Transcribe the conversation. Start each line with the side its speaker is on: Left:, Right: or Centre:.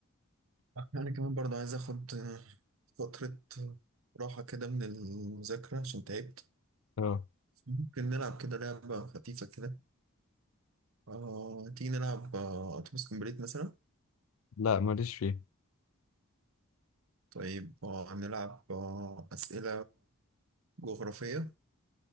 Right: انا كمان برضه عايز اخد فترة راحة كده من المذاكرة عشان تعبت
Left: اه
Right: ممكن نلعب كده لعبة خفيفة كده آه، تيجي نلعب آه، اتوبيس كومبليت مثلا
Left: لا ماليش فيه
Right: طيب آه، نلعب آه، أسئلة جغرافية